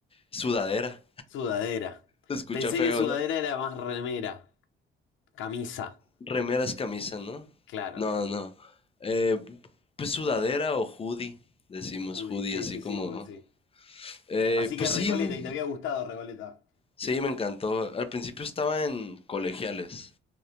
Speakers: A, on the left (about 30°); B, on the left (about 75°).
A: Sudadera.
B: Sudadera.
A: Se escucha
B: Pensé
A: feo,
B: que sudadera
A: ¿no?
B: era más remera, camisa.
A: Remeras, camisa, ¿no?
B: Claro.
A: No, no. Eh, pues sudadera o hoodie, decimos
B: Judy,
A: hoodie,
B: sí,
A: así
B: sí,
A: como...
B: sí, Judy,
A: ¿no?
B: sí.
A: Eh,
B: Así
A: pues
B: que Recoleta,
A: sí, me-
B: y te había gustado Recoleta.
A: sí, me encantó. Al principio estaba en colegiales,